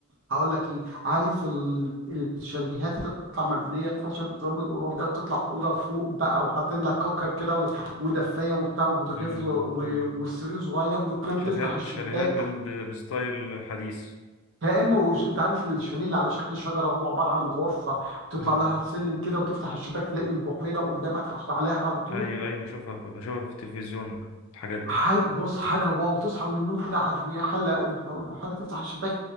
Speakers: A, on the right; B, on the left.
A: هقول لك إيه عارف ال- الشاليهات اللي تطلع مبنية خشب نظام القرى ده وتطلع أوضة فوق بقى وحاطين لك كوكر كده و- ودفاية وبتاع وبوتاجاز
B: امم
A: و-
B: امم
A: وسرير صغير وتنام
B: شاليهات
A: تفتح الشباك
B: شاليهات بن- ب- بستايل حديث
A: كأنه ش- أنت عارف الشاليه اللي على شكل شجرة هو عبارة عن غرفة تطلع
B: امم
A: لها في سلم كده وتفتح الشباك تلاقي البحيرة قدامك عليها على طول
B: ايوه ايوه بشوفها في- بشوفها في التلفزيون الحاجات دي
A: حي... بص حاجة واو تصحى من النوم كده على الرياح ال- الب- البحيرة تفتح الشباك